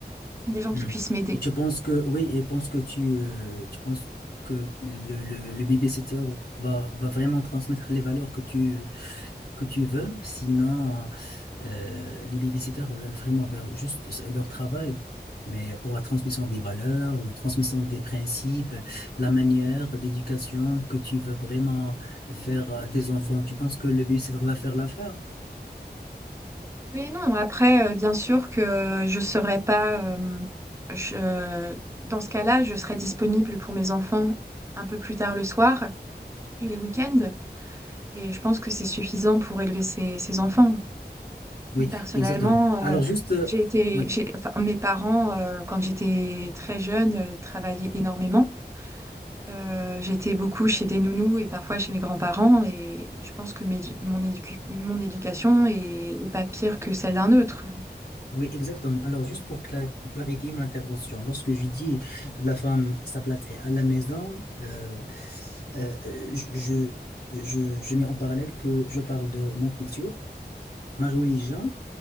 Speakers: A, on the right (about 15°); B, on the left (about 60°).
A: des gens
B: Hmm.
A: qui puissent m'aider.
B: Et tu penses que, oui, et pense que tu, euh, tu penses que le, le, le babysitter va, va vraiment transmettre les valeurs que tu, que tu veux, sinon euh, les babysitters veulent vraiment faire juste leur travail. Mais pour la transmission des valeurs, la transmission des principes, la manière d'éducation que tu veux vraiment faire à tes enfants, tu penses que le babysitter va faire l'affaire?
A: Oui et non. Après, euh, bien sûr que je serais pas, euh, je- dans ce cas-là, je serais disponible pour mes enfants un peu plus tard le soir et les week-ends. Et je pense que c'est suffisant pour élever ses, ses enfants.
B: Oui,
A: Personnellement,
B: exactement. Alors
A: euh,
B: juste, euh,
A: j'ai été,
B: oui.
A: j'ai- enfin, mes parents, euh, quand j'étais très jeune, euh, travaillaient énormément. Euh, j'étais beaucoup chez des nounous et parfois chez mes grands-parents et je pense que mes- mon, éducu- mon éducation est, est pas pire que celle d'un autre.
B: Oui, exactement. Alors, juste pour cla- clarifier mon intervention, lorsque je dis la femme, sa place est à la maison, euh, euh, euh, je, je, je, je mets en parallèle que je parle de mon culture, ma religion